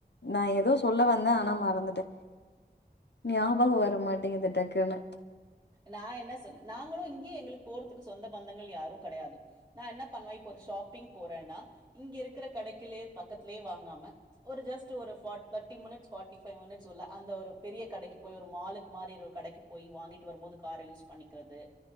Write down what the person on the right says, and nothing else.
நா என்ன சொல்ல நாங்களு இங்கயே எங்ளுக்கு போறதுக்கு சொந்த பந்தங்கள் யாரும் கெடையாது நா என்ன பண்வே இப்ப ஒரு ஷாப்பிங் போறேன்னா இங்க இருக்கிற கடைக்கிலே பக்கத்துலே வாங்காம ஒரு ஜஸ்ட் ஒரு for thirty minutes forty five minutes உள்ள அந்த ஒரு பெரிய கடைக்கு போய் ஒரு மாலுக்கு மாரி கடைக் போய் வாங்கிட் வரும் போது கார யூஸ் பண்ணிக்கிறது